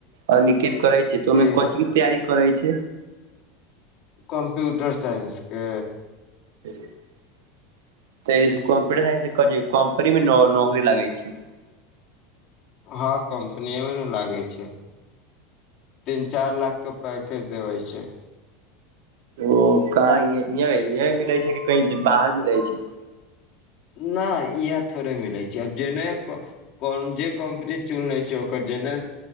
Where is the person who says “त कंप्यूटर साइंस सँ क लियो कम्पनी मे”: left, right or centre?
Right